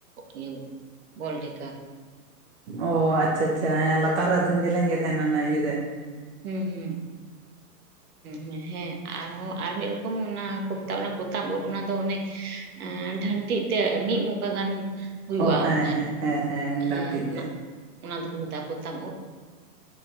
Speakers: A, on the right; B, on the right.
A: ᱤᱭᱟᱹ ᱵᱚᱞ ᱨᱮ
B: ᱚ ᱟᱪᱪᱷᱟ ᱟᱪᱪᱷᱟ ᱦᱮᱸ ᱞᱟᱛᱟᱨ ᱨᱮ ᱛᱮᱧ ᱡᱮᱞᱤᱧ ᱜᱮ ᱛᱟᱦᱮᱱᱟ ᱚᱱᱟ ᱚᱱᱟ ᱤᱭᱟᱹᱛᱮ?
A: ᱦᱩᱸ ᱦᱩᱸ, ᱦᱩᱸ ᱦᱮᱸ ᱟᱨᱦᱚᱸ ᱟᱨ ᱢᱤᱫ ᱨᱚᱠᱚᱢ ᱚᱱᱟ ᱚᱱᱟ ᱯᱚᱛᱟᱢ ᱩᱫᱽ ᱚᱱᱟ ᱫᱚ ᱚᱱᱮ ᱰᱷᱟᱱᱴᱤᱜ ᱛᱮ ᱢᱤᱫ ᱢᱚᱠᱟ ᱜᱟᱱ ᱦᱩᱭᱩᱜᱼᱟ
B: ᱚ ᱦᱮᱸ
A: ᱾
B: ᱦᱮᱸ ᱦᱮᱸ ᱦᱮᱸ ᱰᱟᱱᱴᱤᱡ
A: ᱦᱮᱸ ᱚᱱᱟ
B: ᱛᱮ
A: ᱚᱱᱟ ᱫᱚᱠᱚ ᱢᱮᱛᱟᱜᱼᱟ ᱯᱚᱛᱟᱢ ᱩᱫ ᱾